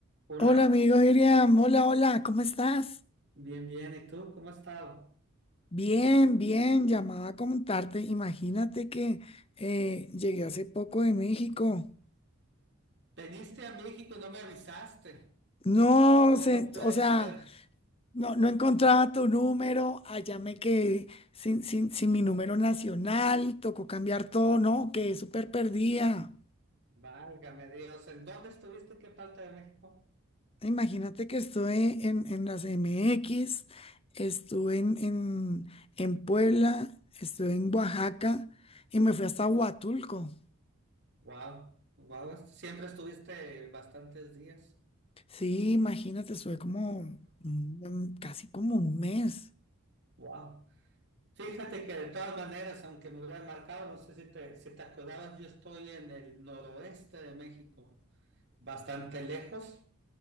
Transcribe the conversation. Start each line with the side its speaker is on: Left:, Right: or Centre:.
Right: Hola,
Left: Hola amigo Iriam, hola, hola, ¿cómo estás?
Right: bien, bien. ¿Y tú cómo has estado?
Left: Bien, bien, llamaba a comentarte. Imagínate que eh, llegué hace poco de México.
Right: Veniste a México y no me avisaste.
Left: No
Right: ¿Cómo
Left: sé,
Right: puede
Left: o sea,
Right: ser?
Left: no, no encontraba tu número, allá me quedé sin, sin, sin mi número nacional, tocó cambiar todo, no, quedé súper perdida.
Right: Válgame Dios. ¿En dónde estuviste? ¿En qué parte de México?
Left: Imagínate que estuve en, en las MX, estuve en, en, en Puebla, estuve en Oaxaca y me fui hasta Huatulco.
Right: Wow, wow. Siempre estuviste bastantes días.
Left: Sí, imagínate, estuve como mm, em, casi como un mes.
Right: Wow. Fíjate que de todas maneras, aunque me hubieran marcado, no sé si te, si te acordabas, yo estoy en el noroeste de México, bastante lejos.